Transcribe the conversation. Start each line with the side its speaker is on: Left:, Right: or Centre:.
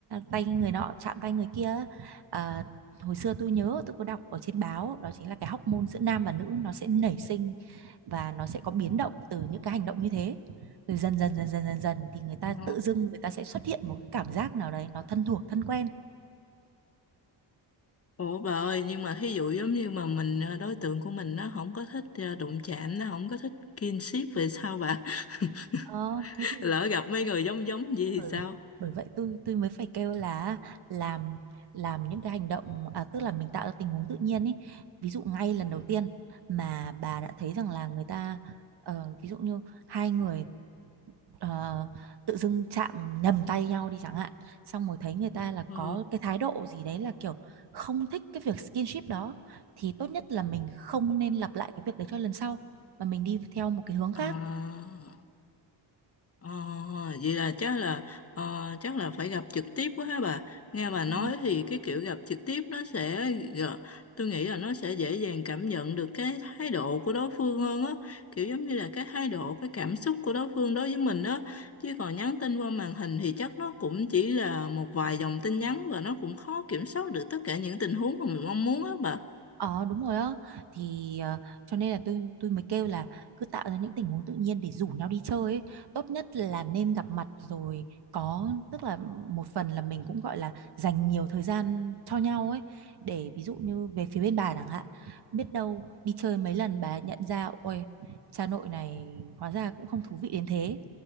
Right: tay người nọ chạm tay người kia à, hồi xưa tôi nhớ tôi có đọc ở trên báo đó chính là cái hormone giữa nam và nữ nó sẽ nảy sinh và nó sẽ có biến động từ những cái hành động như thế rồi dần dần dần dần dần dần thì người ta
Left: Ờ.
Right: tự dưng người ta sẽ xuất hiện một cái cảm giác nào đấy nó thân thuộc thân quen
Left: Ủa bà ơi, nhưng mà thí dụ giống như mà mình ờ, đối tượng của mình nó không có thích ờ, đụng chạm, nó không có thích kinship về sao bà? <laughs>
Right: ờ, thế thì
Left: Lỡ gặp mấy người giống giống gì thì
Right: bởi,
Left: sao?
Right: bởi vậy tôi tôi mới phải kêu là làm làm những cái hành động à, tức là mình tạo ra tình huống tự nhiên ấy ví dụ ngay lần đầu tiên mà bà đã thấy rằng là người ta ờ, ví dụ như hai người ờ, tự dưng chạm nhầm tay nhau đi chẳng hạn xong rồi thấy người ta là
Left: Ờ,
Right: có cái thái độ gì đấy là kiểu không thích cái việc skinship đó thì tốt nhất là mình không nên lặp lại cái việc đấy cho lần sau mà mình đi theo một cái hướng khác
Left: à. Ờ, vậy là chắc là ờ, chắc là phải gặp trực tiếp quá ha bà. Nghe bà
Right: Ừ,
Left: nói thì cái kiểu gặp trực tiếp nó sẽ gờ- tôi nghĩ là nó sẽ dễ dàng cảm nhận được cái thái độ của đối phương hơn á, kiểu giống như là cái thái độ, cái cảm xúc của đối phương đối với mình á. Chứ còn nhắn tin qua màn hình thì chắc nó cũng chỉ là một vài dòng tin nhắn và nó cũng khó kiểm soát được tất cả những tình huống mà mình mong muốn á bà.
Right: Ờ đúng rồi á thì ờ, cho nên là tôi tôi mới kêu là cứ tạo ra những tình huống tự nhiên để rủ nhau đi chơi ấy. Tốt nhất là nên gặp mặt rồi có tức là một phần là mình cũng gọi là dành nhiều thời gian cho nhau ấy để ví dụ như về phía bên bà chẳng hạn biết đâu đi chơi mấy lần bà nhận ra ôi cha nội này hóa ra cũng không thú vị đến thế